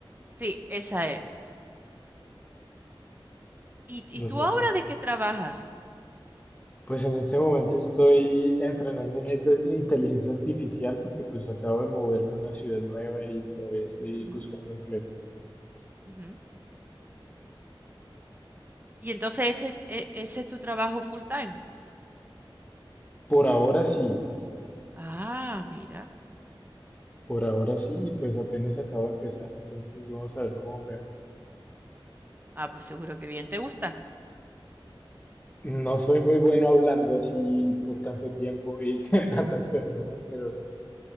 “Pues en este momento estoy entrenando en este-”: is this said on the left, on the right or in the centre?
Left